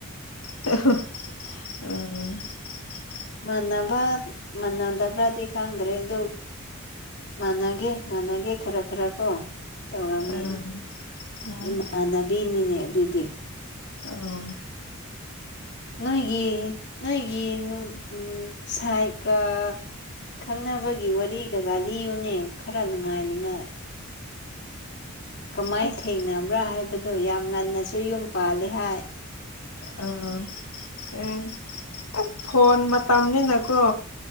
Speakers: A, on the left; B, on the left.
A: <unintelligible>
B: ꯃꯥꯟꯅꯕꯔꯥ ꯃꯥꯟꯅꯗꯕ꯭ꯔꯥꯗꯤ ꯈꯪꯗ꯭ꯔꯦ ꯑꯗꯨ ꯃꯥꯟꯅꯒꯦ ꯃꯥꯟꯅꯒꯦ ꯈꯔ ꯈꯔ ꯀꯣ ꯇꯧꯔꯝꯒꯅꯤ
A: ꯎꯝ ꯎꯝ
B: ꯏꯃꯥꯟꯅꯕꯤꯅꯤꯅꯦ ꯑꯗꯨꯗꯤ
A: ꯑꯣ
B: ꯅꯣꯏꯒꯤ ꯅꯣꯏꯒꯤ <unintelligible> ꯁꯥꯏꯒ ꯈꯪꯅꯕꯒꯤ ꯋꯥꯔꯤ ꯀꯀꯥ ꯂꯤꯌꯨꯅꯦ ꯈꯔ ꯅꯨꯡꯉꯥꯏꯅꯤꯉꯥꯏ ꯀꯃꯥꯏ
A: ꯑꯁ
B: ꯊꯦꯡꯅꯕ꯭ꯔꯥ ꯍꯥꯏꯕꯗꯨꯣ ꯌꯥꯝ ꯉꯟꯅꯁꯨ ꯌꯨꯝ ꯄꯥꯜꯂꯤ ꯍꯥꯏ
A: ꯑꯥ ꯑꯦ ꯑꯁ ꯐꯣꯟ ꯃꯇꯝꯅꯤꯅꯀꯣ